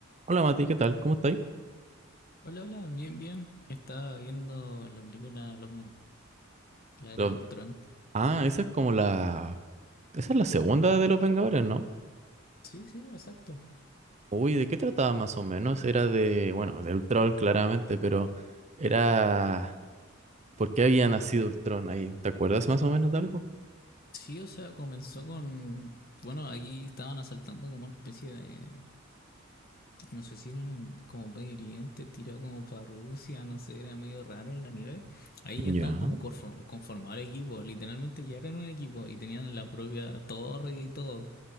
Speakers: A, on the right (about 35°); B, on the left (about 50°).
A: Hola Mati, ¿qué tal? ¿Cómo estáis?
B: Hola, hola, bien, bien. Estaba viendo la película Los- Men- La Era
A: Los-
B: de Ultrón.
A: Ah, esa es como la... Esa es la segunda de los Vengadores, ¿no?
B: Sí, sí, exacto.
A: Uy, ¿de qué trataba más o menos? Era de... Bueno, de Ultron claramente, pero era... ¿Por qué había nacido Ultron ahí? ¿Te acuerdas más o menos de algo?
B: Sí, o sea, comenzó con... Bueno, ahí estaban asaltando como una especie de... No sé si era en el- como Medio Oriente, tirado como para Rusia, no sé, era medio raro en la nieve. Ahí ya
A: Ya.
B: estaban como conform- conformado el equipo, literalmente ya eran un equipo y tenían la propia torre y todo.